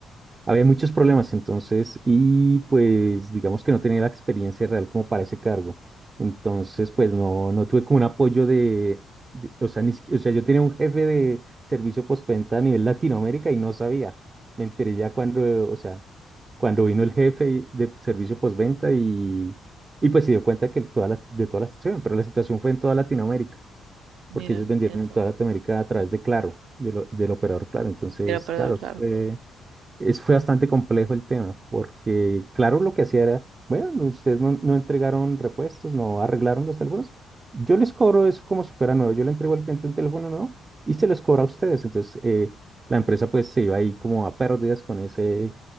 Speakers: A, on the right; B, on the right.
A: había muchos problemas entonces y pues digamos que no tenía la experiencia real como para ese cargo. Entonces, pues no, no tuve como un apoyo de, de- o sea, ni, siqui- o sea, yo tenía un jefe de servicio postventa a nivel Latinoamérica y no sabía. Me enteré ya cuando, o sea, cuando vino el jefe de servicio postventa y, y pues se dio cuenta que todas las, de toda la situación, pero la situación fue en toda Latinoamérica
B: Mira,
A: porque ellos vendieron
B: mira tú.
A: en toda Latinoamérica a través de Claro, de lo- del operador Claro. Entonces,
B: De lo perdedor,
A: claro,
B: claro,
A: eso fue, es, fue bastante complejo el tema, porque Claro lo que hacía era, bueno, ustedes no, no entregaron repuestos, no arreglaron los teléfonos, yo les cobro eso como si fuera nuevo, yo le entrego al cliente un teléfono nuevo y se los cobro a ustedes. Entonces, eh, la empresa pues se iba ahí como a pérdidas con ese,